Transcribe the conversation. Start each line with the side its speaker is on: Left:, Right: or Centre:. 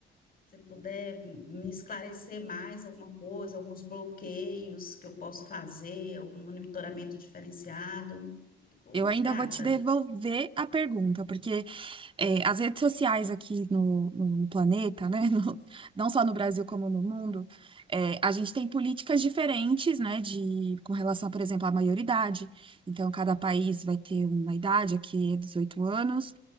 Left: Se puder me esclarecer mais alguma coisa, alguns bloqueios que eu posso fazer, algum monitoramento diferenciado, fico
Right: Eu ainda
Left: grata.
Right: vou te devolver a pergunta, porque é, as redes sociais aqui no, no- planeta, né? <laughs> no- não só no Brasil como no mundo, é, a gente tem políticas diferentes, né? De, com relação, por exemplo, à maioridade. Então, cada país vai ter uma idade, aqui é 18 anos,